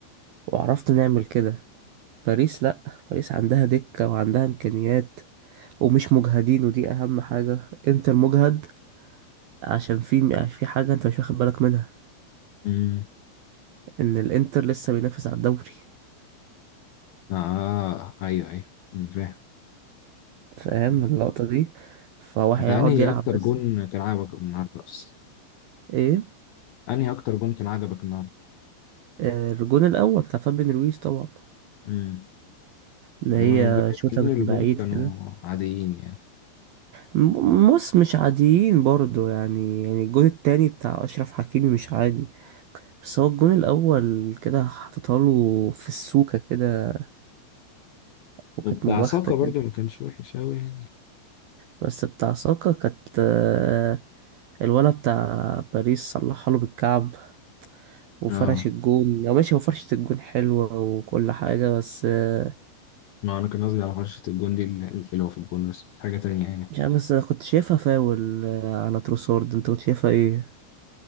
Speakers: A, on the right; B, on the left.
A: وعرفنا نعمل كده باريس لأ باريس عندها دكة وعندها إمكانيات ومش مجهدين ودي أهم حاجة انتر مجهد عشان في في حاجة انت مش واخد بالك منها
B: امم
A: ان الانتر لسه بينافس على الدوري
B: اه ايوه ايوه أمم، فاهم
A: فاهم
B: أمم.
A: اللقطة دي فهو هيقعد
B: انت انهي
A: يلعب
B: اكتر
A: بس
B: جون كان عجبك النهارده اصلا
A: ايه
B: انهي اكتر جون كان عجبك النهارده
A: آه، الجون الأول بتاع فابين رويز طبعا
B: امم
A: اللي
B: أما
A: هي
B: الجون التانيين
A: شوطة
B: اللي
A: من
B: جون
A: بعيد
B: كانوا
A: كده
B: عاديين يعني
A: م- بص مش عاديين برضو يعني يعني الجون التاني بتاع أشرف حكيمي مش عادي بس هو الجون الأول كده حطيتها له في السوكة كده وكانت
B: وبتاع
A: مباختة
B: ساكا
A: كده
B: برضو ما كانش وحش قوي يعني
A: بس بتاع ساكا كانت آه، الولا بتاع باريس صلحها له بالكعب وفرش
B: اه
A: الجون أو ماشي هو فرشة الجون حلوة وكل حاجة بس آه،
B: ما انا كان قصدي على فرشة الجون دي الحلوة في الجون بس مش حاجة تانية يعني
A: مش عارف بس أنا كنت شايفها فاول آه، على تروسورد أنت كنت شايفها إيه؟